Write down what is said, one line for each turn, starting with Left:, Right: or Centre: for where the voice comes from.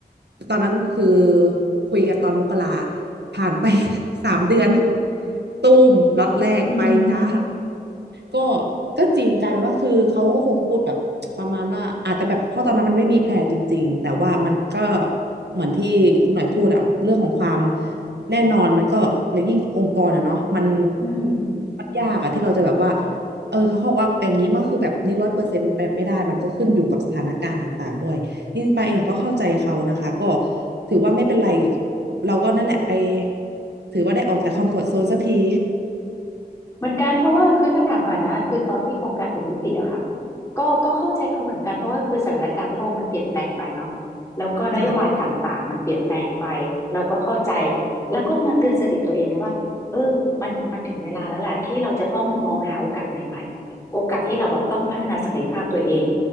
Right: ตอนนั้นคือคุยกันตอนมกราผ่านไป <laughs> สามเดือนตูมล็อตแรกไปจ้า
Left: อืม
Right: ก็ก็จริงกลายเป็นว่าคือเขาก็คงพูดแบบประมาณว่าอาจจะแบบเพราะตอนนั้นมันไม่มีแผลจริงๆแต่ว่ามันก็เหมือนที่คุณหน่อยพูดอะเรื่องของความแน่นอนมันก็แลยิ่งองค์กรอะเนาะมัน
Left: อืม
Right: มันยากอะที่เราจะแบบว่าเออเขาบอกว่าอย่างนี้มันคือแบบนี้ร้อยเปอร์เซ็นต์ไปไม่ได้มันก็ขึ้นอยู่กับสถานการณ์ต่างๆด้วยจริงๆปาเองก็เข้าใจเขานะคะก็ถือว่าไม่เป็นไรเราก็นั่นแหละไปถือว่าได้ออกจากคอมฟอร์ตโซนสักที
Left: เหมือนกันเพราะว่าคือถ้าถามหน่อยนะคือตอนที่โครงการถูกยุติอะค่ะก็ก็เข้าใจเขาเหมือนกันเพราะว่าคือสถานการณ์โลกมันเปลี่ยนแปลงไปเนาะแล้วก็นโยบายต่างๆมันเปลี่ยนแปลงไปเราก็เข้าใจ
Right: <laughs> ค่ะ
Left: แล้วก็มาเตือนสติตัวเองนะว่าเออมันมันถึงเวลาแล้วแหละที่เราจะต้องมองหาโอกาสใหม่ๆโอกาสที่เราแบบต้องพัฒนาศักยภาพตัวเอง